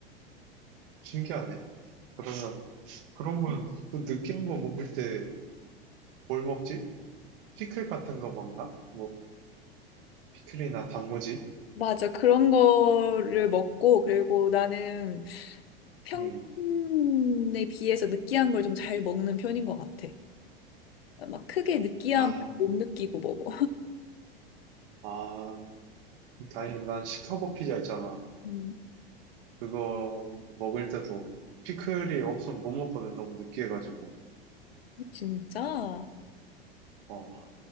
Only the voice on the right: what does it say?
신기하네. 그러면, 그러면 그 느끼한 거 먹을 때 뭘 먹지? 피클 같은 거 먹나? 뭐, 피클이나 단무지?
음.
아,
아, 다행히 난 시카고 피자 있잖아.
그거 먹을 때도 피클이 없으면 못 먹거든. 너무 느끼해가지고.
어,